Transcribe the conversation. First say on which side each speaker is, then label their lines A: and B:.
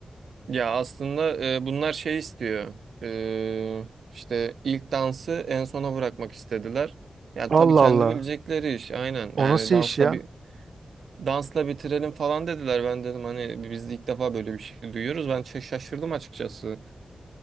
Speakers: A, on the right (about 85°); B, on the right (about 65°).
A: Ya aslında e, bunlar şey istiyor. E, işte ilk dansı en sona bırakmak istediler. Yani
B: Allah
A: tabii kendi
B: Allah.
A: bilecekleri iş aynen.
B: O
A: Yani
B: nasıl
A: dansla
B: iş ya?
A: bir Dansla bitirelim falan dediler. Ben dedim hani biz de ilk defa böyle bir şey duyuyoruz. Ben şa- şaşırdım açıkçası.